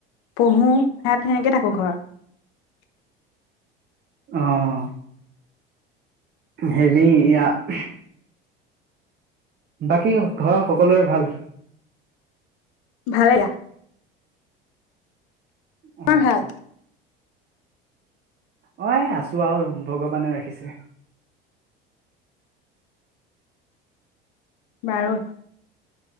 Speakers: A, on the left (about 60°); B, on the right (about 35°).
A: পঢ়ো সেয়াত সেনেকে থাকো ঘৰত
B: আহ হেৰি ইয়া বাকী ঘৰৰ সকলোৰে ভাল
A: ভালে
B: অ
A: তোমাৰ ভাল
B: অ এই আছো আৰু ভগৱানে ৰাখিছে
A: বাৰ